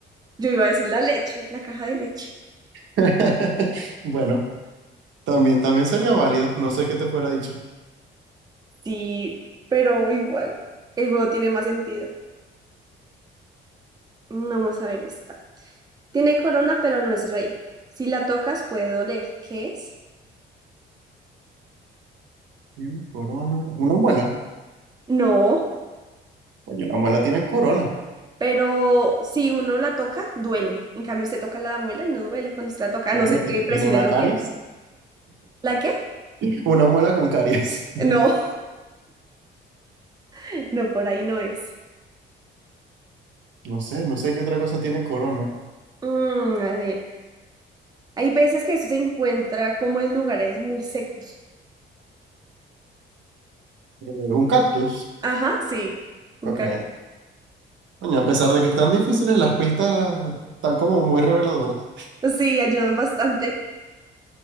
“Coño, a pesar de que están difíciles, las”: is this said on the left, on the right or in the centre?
Right